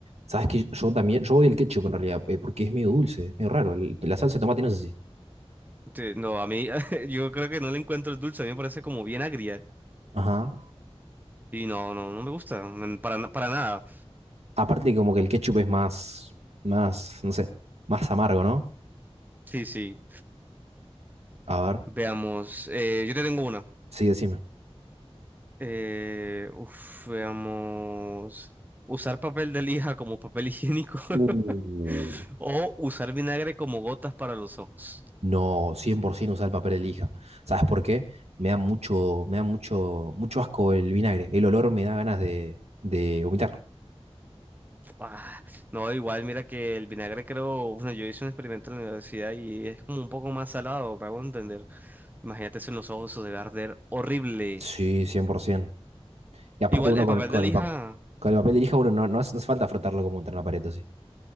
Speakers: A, on the right (about 85°); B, on the right (about 15°).
A: Sabes que yo también, yo odio el ketchup en realidad, eh, porque es medio dulce, es medio raro. el- la salsa de tomate no es así.
B: Te- No, a mí, <laughs> yo creo que no le encuentro el dulce. A mí me parece como bien agria.
A: Ajá.
B: Y no, no, no me gusta. mm, Para, na- para nada.
A: Aparte, como que el ketchup es más, más, no sé, más amargo, ¿no?
B: Sí, sí.
A: A ver,
B: Veamos, eh, yo te tengo una.
A: sí, decime.
B: Eh, uf, veamos. Usar papel de lija como papel higiénico <laughs>
A: Uh.
B: o usar vinagre como gotas para los ojos.
A: No, 100% usar el papel de lija. ¿Sabes por qué? Me da mucho, me da mucho, mucho asco el vinagre. El olor me da ganas de, de vomitar.
B: Ah, no, igual, mira que el vinagre creo, bueno, yo hice un experimento en la universidad y es como un poco más salado, me hago entender. Imagínate eso en los ojos, eso debe arder horrible.
A: Sí, 100%. Y aparte
B: Igual,
A: uno
B: el
A: con,
B: papel
A: con
B: de lija,
A: el, pa- con el papel de lija, uno no, no hace, no hace falta frotarlo como contra una pared, sí.